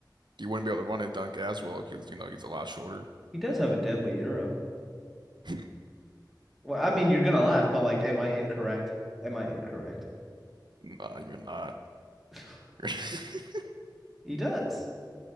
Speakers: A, on the right; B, in the centre.
A: you wouldn't be able to run and dunk as well because, you know, he's a lot shorter.
B: He does have a deadly euro.
A: <laughs>
B: Well, I mean, you're gonna laugh, but like, am I incorrect? Am I incorrect?
A: Nah, you're not.
B: <laughs>
A: <laughs>
B: He does.